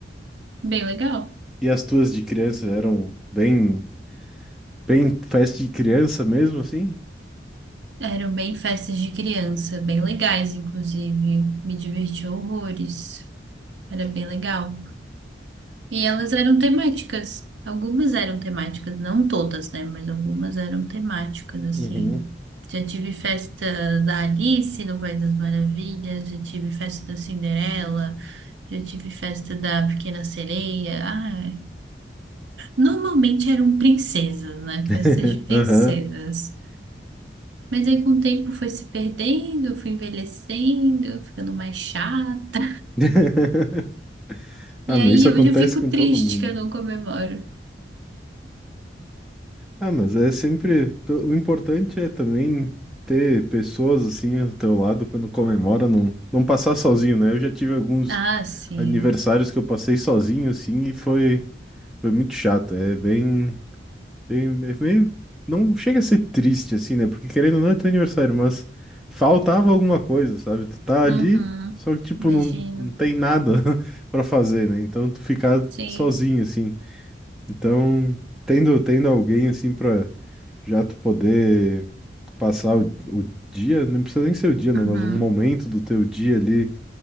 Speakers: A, on the right (about 85°); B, in the centre.
A: bem legal.
B: E as tuas de criança eram bem, bem festa de criança mesmo, assim?
A: Eram bem festas de criança, bem legais, inclusive. Me diverti horrores. Era bem legal. E elas eram temáticas. Algumas eram temáticas, não todas, né? Mas algumas eram temáticas, assim.
B: Uhum.
A: Já tive festa da Alice no País das Maravilhas, já tive festa da Cinderela. Já tive festa da Pequena Sereia. Ah, é. normalmente eram princesas, né?
B: <laughs>
A: Festas de princesas.
B: Aham.
A: Mas aí com o tempo foi se perdendo, fui envelhecendo, ficando mais chato.
B: <laughs> Ah,
A: E aí
B: mas isso acontece
A: hoje eu fico
B: com
A: triste
B: todo mundo.
A: que eu não comemoro.
B: Ah, mas é sempre. O importante é também ter pessoas assim ao teu lado quando comemora, não, não passar sozinho, né? Eu já tive alguns
A: Ah, sim.
B: aniversários que eu passei sozinho, assim, e foi, foi muito chato. É bem, bem. É meio. Não chega a ser triste, assim, né? Porque querendo ou não é teu aniversário, mas faltava alguma coisa, sabe? Tu tá
A: Uhum.
B: ali, só que, tipo,
A: Imagino.
B: não, não tem nada <laughs> pra fazer, né? Então tu ficar
A: Sim.
B: sozinho, assim. Então. Tendo, tendo alguém assim para já tu poder passar o, o dia, não precisa nem ser o dia, né?
A: Uhum.
B: Mas um momento do teu dia ali